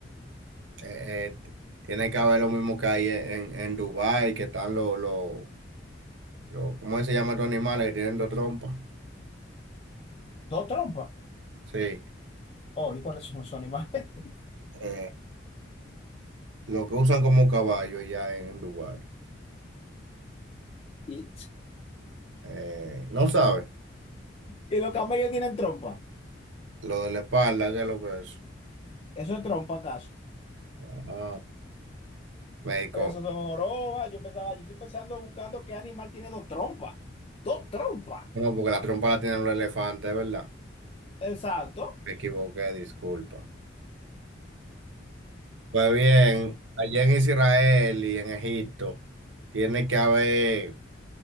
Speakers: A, on the right (about 75°); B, on the left (about 30°).
A: Eh, eh, tiene que haber lo mismo que hay en, en Dubái, que están los, los, los- ¿cómo se llaman estos animales que tienen dos trompas?
B: Dos trompas.
A: Sí,
B: Oh, ¿y cuáles son esos animales? <laughs>
A: eh, lo que usan como caballo ya en, Dubái.
B: Y,
A: Eh, no sabe,
B: y los camellos tienen trompa.
A: lo de la espalda, ¿qué es lo que es?
B: ¿Eso es trompa acaso?
A: Ah, me equivoqué.
B: Eso son jorobas. Yo pensaba, yo estoy pensando buscando qué animal tiene dos trompas. Dos trompas.
A: No, porque la trompa la tienen los elefantes, ¿verdad?
B: Exacto.
A: Me equivoqué, disculpa. Pues bien, allá en Israel y en Egipto tiene que haber,